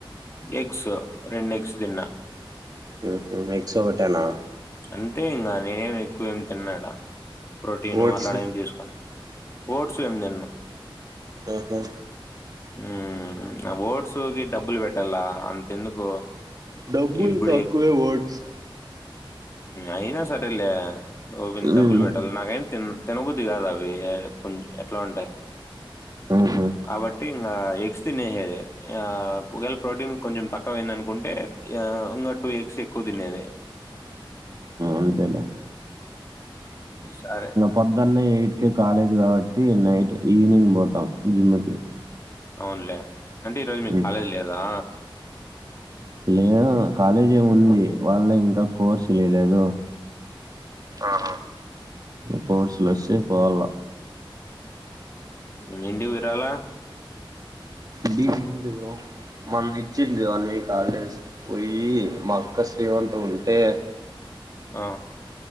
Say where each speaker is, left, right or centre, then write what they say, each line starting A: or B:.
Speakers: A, on the left (about 30°); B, on the right (about 45°).
A: ఎగ్స్ రెండు ఎగ్స్ దిన్న
B: ఉహు ఎగ్స్ ఒకటెనా
A: అంతే ఇంకా నేనేం ఎక్కువేమి తిన్నాడా ప్రోటీను
B: ఓట్స్
A: అట్లాడ ఏమి చేసుకొను ఓడ్స్ ఏం తిన్ను
B: ఆహ
A: ఉ నా ఓట్స్ గి డబ్బులు పెట్టాల అంతెందుకు
B: డబ్బులు
A: ఇప్పుడు
B: తక్కువే
A: ఎగ్
B: ఓడ్స్
A: అయినా సరేలే ఓవింద
B: ఉమ్
A: డబ్బులు పెట్టాలి నాకైనా తి తినబద్ది కాదవి కొం ఎట్లా ఉంటాయి
B: ఉహు
A: కాబ ఇంకా ఎగ్స్ తినేసేదే ఒకేలా ప్రోటీన్ కొంచెం తక్కువయింది అనుకుంటే ఇంకా టూ ఎగ్స్ ఎక్కువ తినేది
B: అంతే లే
A: సారే
B: పొద్దున్న ఎయిట్ కి కాలేజ్ కాబట్టి నైట్ ఈవినింగ్ పోతాం జిమ్ కి
A: అవునులే అంటే ఈరోజు మీకు
B: ఉమ్
A: కాలేజ్ లేదా
B: లేదు కాలేజ్ ఏమి ఉంది వాల్లె ఇంకా కోర్సు లేలేదు ఆహా కోర్సులు వస్తె పోవాలా
A: నిండి విరాలా
B: డి ఏంటి బ్రో మన ఇచ్చింది వన్ వీక్ హాలిడేస్ పోయి మా అక్క శ్రీమంత ఉంటే
A: ఆ